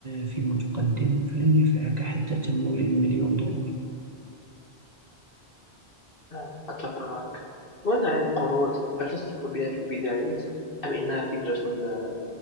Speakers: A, on the right; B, on the left.
A: فيما تقدم فلن ينفعك حتى تمويل المليون دولار
B: نعم أتفق معك ماذا عن القروض؟ هل تصلح بها في البداية أم إنها فكرة آه،